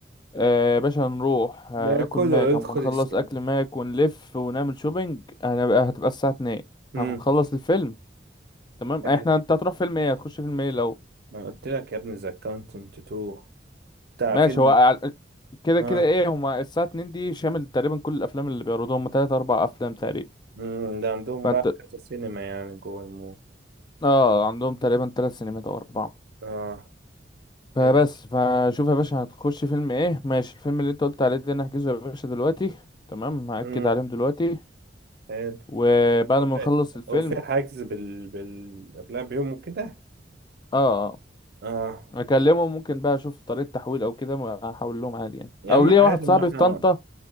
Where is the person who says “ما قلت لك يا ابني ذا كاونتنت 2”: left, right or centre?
Right